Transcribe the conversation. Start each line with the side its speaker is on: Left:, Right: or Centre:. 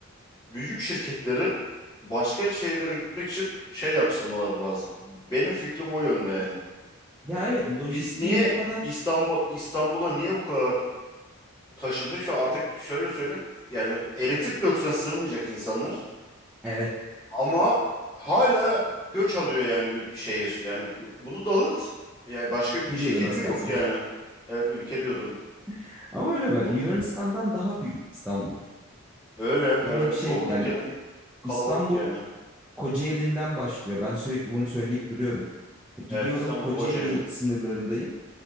Left: büyük şirketleri başka şeylere gitmek için şey yapsınmaları lazım. Benim fikrim o yönde yani.
Centre: ya
Left: Ha,
Centre: evet
Left: bi-
Centre: lojistiğim
Left: biz niye
Centre: bu kadar.
Left: İstanbul İstanbul'a niye bu kadar taşındık? Şu artık şöyle söyleyeyim. Yani eritip döksen sığmayacak insanlar.
Centre: Evet.
Left: Ama hala göç alıyor yani ülke şehir. Yani bu- bunu dağıt. Yani başka
Centre: Ülke
Left: şehir
Centre: diyordun az
Left: mi
Centre: kalsın.
Left: yok yani? Evet ülke diyordum.
Centre: <laughs> Ama öyle ben
Left: Bunu-
Centre: Yunanistan'dan daha büyük İstanbul.
Left: Öyle
Centre: Öyle
Left: evet
Centre: bir şey
Left: çoğu
Centre: yani
Left: ülkeden kalabalık
Centre: İstanbul
Left: yani.
Centre: Kocaeli'nden başlıyor. Ben sürekli bunu söyleyip duruyorum. E, Gidiyorum
Left: Evet İstanbul
Centre: Kocaeli
Left: Kocaeli.
Centre: sınırlarındayım.